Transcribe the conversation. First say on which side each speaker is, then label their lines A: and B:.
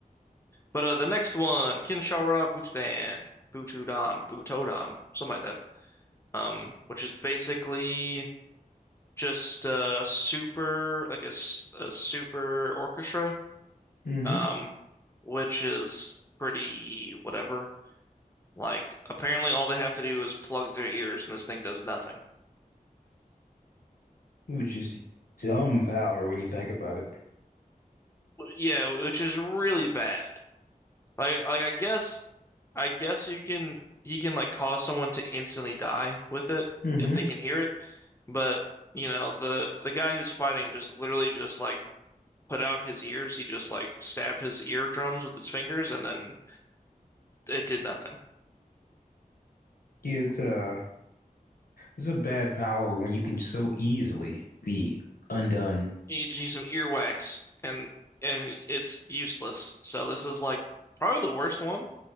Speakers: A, on the left; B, on the left.
A: But uh, the next one, Kinshara Butodan, Butudan, Butodan, something like that. Um, which is basically. just uh super like a, s- a super orchestra
B: Mm-hmm.
A: um which is pretty whatever like apparently all they have to do is plug their ears and this thing does nothing
B: Which is dumb power when you think about it.
A: W- yeah which is really bad like like I guess I guess you can you can like cause someone to instantly die with it
B: Mm-hmm.
A: if they can hear it but you know the the guy who's fighting just literally just like put out his ears he just like stabbed his eardrums with his fingers and then it did nothing
B: Yeah, it's uh it's a bad power when you can so easily be undone.
A: you just need some earwax and and it's useless. So this is like probably the worst one,